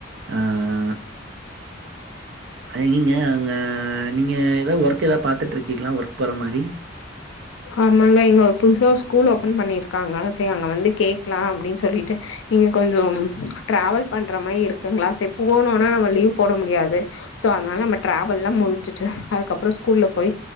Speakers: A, on the right; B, on the left.
A: ஆ அன்னைக்கிங்க நீங்க ஏதா ஒர்க் ஏதா பாத்துட்ருக்கீங்களா ஒர்க் போற மாரி
B: ஆமாங்க இங்க ஒரு புதுசா ஸ்கூல் ஓபன் பண்ணிருக்காங்க செர் அங்க வந்து கேக்லா அப்டின் சொல்லிட்டு இங்க கொஞ்சோ ட்ராவல் பண்ற மாரி இருக்குங்ளா சோ போனோன நம்ம லீவ் போட முடியாது சோ அனால நம்ம ட்ராவல்லா முடிச்சுட்டு அதுக்கப்புறோ ஸ்கூல்ல போய்